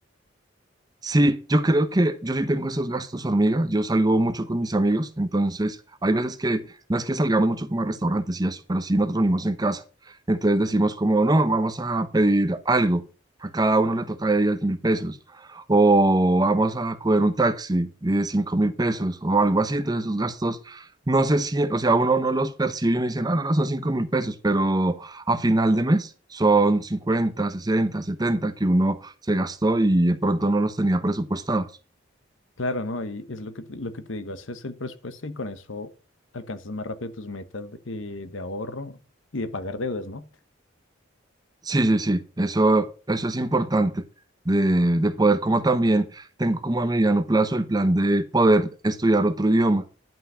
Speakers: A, on the right; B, on the left.
A: Sí, yo creo que yo sí tengo esos gastos hormigas. Yo salgo mucho con mis amigos, entonces hay veces que no es que salgamos mucho como a restaurantes y eso, pero sí nos reunimos en casa. Entonces decimos como, no, vamos a pedir algo. A cada uno le toca de 10 mil pesos. O vamos a coger un taxi de cinco mil pesos o algo así. Entonces esos gastos, no sé si, o sea, uno no los percibe y uno dice, no, no, no, son cinco mil pesos, pero a final de mes son 50 60 70 que uno se gastó y de pronto no los tenía presupuestados.
B: Claro, ¿no? Y es lo que, te- lo que te digo, haces el presupuesto y con eso alcanzas más rápido tus metas de, eh, de ahorro y de pagar deudas, ¿no?
A: Sí, sí, sí, eso, eso es importante de, de poder como también tengo como a mediano plazo el plan de poder estudiar otro idioma.